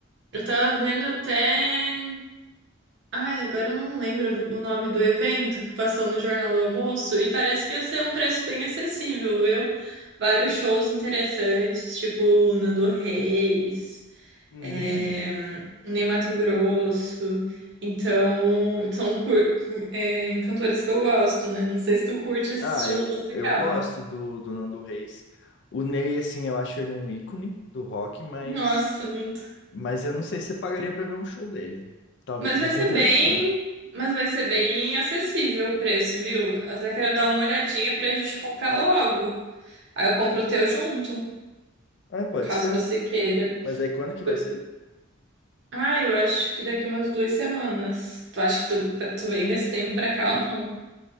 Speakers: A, on the right (about 55°); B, on the left (about 55°).
A: Eu tava vendo até. Ai, agora eu não lembro o nome do evento que passou no Jornal do Almoço e parece que ia ser um preço bem acessível, viu? Vários shows interessantes, tipo o Nando Reis
B: Hum.
A: eh, nem Mato Grosso. Então, são cur- eh, cantores que eu gosto, né? Não sei se tu curte esse
B: Ah,
A: estilo
B: eu,
A: musical.
B: eu gosto do, do Nando Reis. O Ney, assim, eu acho ele um ícone do rock, mas
A: Nossa, muito.
B: Mas eu não sei se pagaria pra ver um show dele. Talvez
A: Mas
B: dizem
A: vai ser
B: que
A: bem,
B: é bom.
A: mas vai ser bem acessível o preço, viu? Eu até quero dar uma olhadinha pra gente comprar logo. Aí eu compro o teu junto,
B: É, pode
A: caso
B: ser.
A: você queira.
B: Mas aí quando que
A: Por-
B: vai ser?
A: Ah, eu acho que daqui umas duas semanas. Tu acha que tu, tu vem nesse tempo pra cá ou não?